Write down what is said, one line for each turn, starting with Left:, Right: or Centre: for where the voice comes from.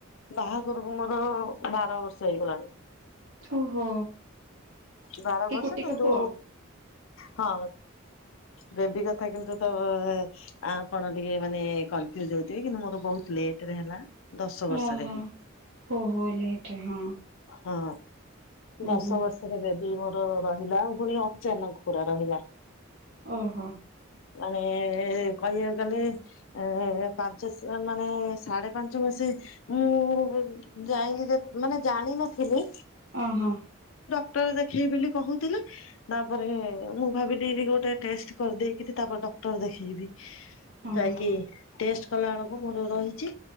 Left: ବାହା ଘରକୁ ମୋର ବାର ବର୍ଷ ହେଇ ଗଲାଣି।
Right: ଓହୋ।
Left: ବାର
Right: ଏଇ
Left: ବର୍ଷ
Right: ଗୋଟିକ
Left: କିନ୍ତୁ।
Right: ପୁଅ
Left: ହଁ ବେବି କଥା କିନ୍ତୁ ତ ଆପଣ ଟିକେ ମାନେ କ ନଫ୍ୟୁଜ ହଉଥିବେ କିନ୍ତୁ ମୋର ବହୁତ ଲେଟରେ ହେଲା। ଦଶ ବର୍ଷରେ
Right: ଓହୋ
Left: ହେଲା।
Right: ଓହୋ ଲେଟ ରେ ହଁ।
Left: ହଁ
Right: ହଁ
Left: ଦଶ
Right: ହଁ
Left: ବର୍ଷରେ ବେ ବି ମୋର ରହିଲା ପୁଣି ଅଚାନକ ପୁରା ରହିଲା।
Right: ଓହୋ।
Left: ମାନେ କହିବାକୁ ଗଲେ ଏ ପାଞ୍ଚ ମାନେ ସାଢେ ପାଞ୍ଚ ମାସେ। ମୁଁ ଯାଇନି ମାନେ ଜାଣିନଥିଲି।
Right: ଓ ହୋ।
Left: ଟର ଦେଖେଇବି ବେଲି କହୁଥିଲି ତାପରେ ମୁଁ ଭାବିଲି ଗୋଟେ ଟେଷ୍ଟ। କରି ଦେଇକିରୀ ତା ପରେ ଡକ୍ଟର ଦେଖେଇବି
Right: ହଁ
Left: ଯାଇକି ଟେଷ୍ଟ। କଲା ବେଳକୁ ମୋର ରହିଛି